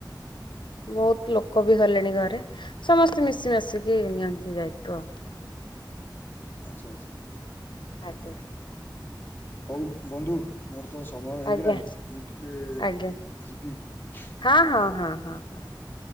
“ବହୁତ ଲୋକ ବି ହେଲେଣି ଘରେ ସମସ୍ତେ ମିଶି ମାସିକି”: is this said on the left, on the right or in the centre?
Left